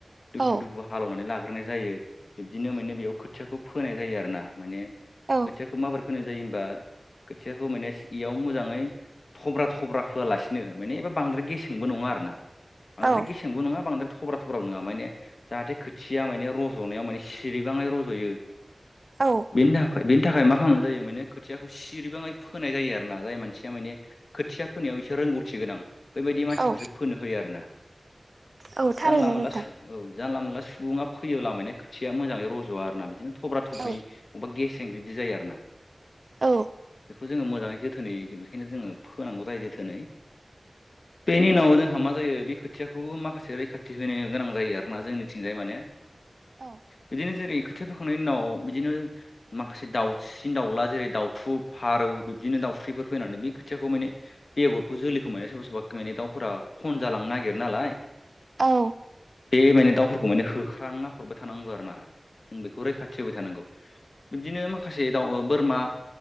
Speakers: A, on the left; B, on the right.
A: दुफु
B: औ
A: दुफु हालेवनानै लाग गोरनाय जायो बिब्दिनो माने बेयाव खोथियाखौ फोनाय जायो आरो ना माने
B: औ
A: खोथियाखौ माबोरै फोनाय जायो होनबा खोथियाखौ माने इयाव मोजाङै थब्रा थब्रा फोयालासिनो माने एबा बांद्राय गेसेंबो नङा आरो ना बांद्राय
B: औ
A: गेसेंबो नङा बांद्राय थब्रा थब्राबो नङा माने जाहाथे खोथि थिया माने रज'नायाव माने सिरिबाङै रज'यो
B: औ
A: बेनि थाखाय बेनि थाखाय माखा फांल' जायो माने खोथियाखौ सिरिबाङाय फोनाय जायो आरो ना जाय मानसिया माने खोथिया फोनायाव एसे रोंगौथि गोनां बेबायदि मानसिखौसो
B: औ
A: फोनो होयो आरोना
B: औ थारैनो
A: जानला मोनला
B: नोंथां
A: सु औ जानला मोनला सु सुबुङा फैयोब्ला माने खोथिया मोजाङै रज'आ आरोना बिदिनो थब्रा थब्रि
B: औ
A: बबेबा गेसें बिब्दि जायो आरो ना
B: औ
A: बेखौ जोङो मोजाङै जोथोनै जों बेखायनो जोङो फोनांगौ जायो जोथोनै बेनि उनाव जोंहा मा जायो बे खोथियाखौबो माखासे रैखाथि होनो गोनां जायो आरोना जोंनिथिं थिंजाय माने
B: औ
A: बिदिनो जेरै खोथिया फोखांनायनि उनाव बिदिनो माखासे दाउसिन दाउला जेरै दाउथु फारौ बिब्दिनो दा दाउस्रिफोर फैनानै बेै खोथियाखौ माने बेगरखौ जोलैखौ माने सोरबा सोरबा माने दाउफोरा खनजा लांनो नागिरोना नालाय
B: औ
A: बे माने दाउफोरखौ माने होख्रांना हरबाय थानांगौ आरो ना जों बेखौ रैखाथि होबाय थानांगौ बिब्दिनो माखासे दाउ बोरमा